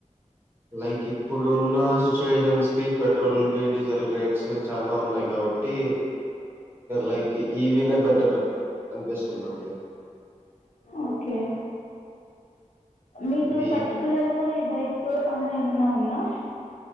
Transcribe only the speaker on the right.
లైక్ ఇప్పుడు ఉన్న సిచ్యుయేషన్స్ కి పెట్రోల్ కి డీజిల్ రేట్స్ చాలా ఉన్నాయి కాబట్టి లైక్ ఈవినే బెటర్ అనిపిస్తుందండి.
ఇవి